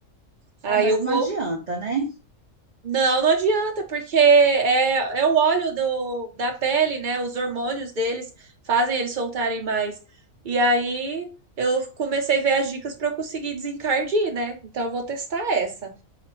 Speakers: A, on the right; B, on the right.
A: Aí
B: Ah, mas
A: eu
B: não
A: vou.
B: adianta, né?
A: Não, não adianta, porque é, é o óleo do, da pele, né? Os hormônios deles fazem eles soltarem mais. E aí eu comecei a ver as dicas para eu conseguir desencardir, né? Então eu vou testar essa.